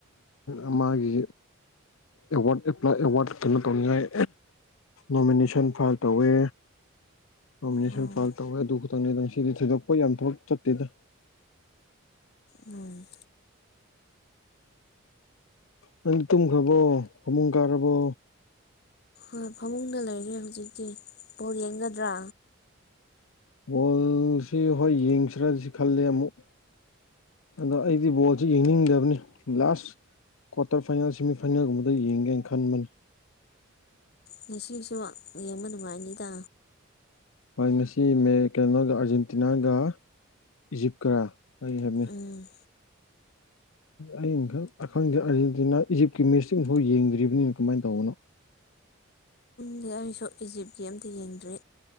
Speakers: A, on the left; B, on the left.
A: ꯎ ꯃꯥꯒꯤ ꯑꯦꯋꯥꯔꯗ ꯑꯦ ꯑꯦꯋꯥꯔꯗ ꯀꯩꯅꯣ ꯇꯧꯅꯤꯡꯉꯥꯏ ꯅꯣꯃꯤꯅꯦꯁꯟ ꯐꯥꯏꯜ ꯇꯧꯋꯦ ꯅꯣꯃꯤꯅꯦꯁꯟ
B: ꯑꯣ
A: ꯐꯥꯏꯜ ꯇꯧꯋꯦ ꯑꯗꯨ ꯈꯛꯇꯪꯅꯦꯗꯪ ꯁꯤꯗꯤ ꯊꯣꯏꯗꯣꯛꯄ ꯌꯥꯝ ꯊꯕꯛ ꯆꯠꯇꯦꯗ
B: ꯎꯝ
A: ꯅ ꯇꯨꯝꯈ꯭ꯔꯕꯣ ꯐꯃꯨꯡ ꯀꯥꯔꯕꯣ
B: ꯍꯣꯏ ꯐꯃꯨꯡꯗ ꯂꯩꯔꯦ ꯍꯧꯖꯤꯛꯇꯤ ꯕꯣꯜ ꯌꯦꯡꯒꯗ꯭ꯔꯥ
A: ꯕꯣꯜꯁꯤ ꯍꯣꯏ ꯌꯦꯡꯁꯤ꯭ꯔꯁꯤ ꯈꯂꯦ ꯑꯃꯨꯛ ꯑꯗꯣ ꯑꯩꯗꯤ ꯕꯣꯜꯁꯤ ꯌꯦꯡꯅꯤꯡꯗꯕꯅꯤ ꯂꯥꯁ ꯀ꯭ꯋꯥꯇꯔ ꯐꯥꯏꯅꯦꯜ ꯁꯦꯃꯤꯐꯥꯏꯅꯦꯜꯒꯨꯝꯕꯗ ꯌꯦꯡꯒꯦꯅ ꯈꯟꯕꯅꯤ
B: ꯉꯁꯤꯁꯨ ꯌꯦꯡꯕ ꯅꯨꯡꯉꯥꯏꯅꯤꯗ
A: ꯃꯣꯏ ꯉꯁꯤ ꯃ ꯀꯩꯅꯣꯒ ꯑꯥꯔꯖꯦꯟꯇꯤꯅꯥꯒ ꯏꯖꯤꯞꯀꯔꯥ ꯑꯩ ꯍꯥꯏ
B: ꯎꯝ
A: ꯑ ꯑꯈꯪꯗꯦ ꯑꯔꯖꯦꯟꯇꯤꯅꯥ ꯏꯖꯤꯞꯀꯤ ꯃꯦꯁꯇ ꯑꯃꯐꯥꯎ ꯌꯦꯡꯗ꯭ꯔꯤꯕꯅꯤꯅ ꯀꯃꯥꯏꯅ ꯇꯧꯕꯅꯣ
B: ꯑꯗꯩ ꯑꯩꯁꯨ ꯏꯖꯤꯞꯀꯤ ꯑꯝꯇ ꯌꯦꯡꯗ꯭ꯔꯤ